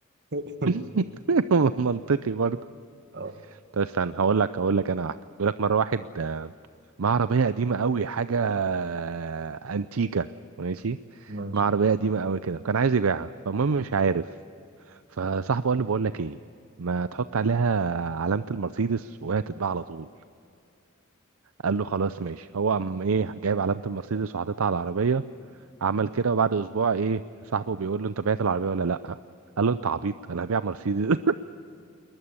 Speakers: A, on the right (about 55°); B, on the right (about 70°).
A: <laughs>
B: <laughs> منطقي برضه
A: اه
B: طب استنى هقول لك هقول لك انا واحدة يقول لك مرة واحد آه، مع عربية قديمة قوي حاجة آه، انتيكة ماشي
A: ماشي
B: مع عربية قديمة قوي كده كان عايز يبيعها فالمهم مش عارف فصاحبه قال له بقول لك ايه ما تحط عليها علامة المرسيدس وهي تتباع على طول قال له خلاص ماشي هو قام ايه جايب علامة المرسيدس وحاططها على العربية عمل كده وبعد اسبوع ايه صاحبه بيقول له انت بعت العربية ولا لا قال له انت عبيط انا هبيع مرسيدس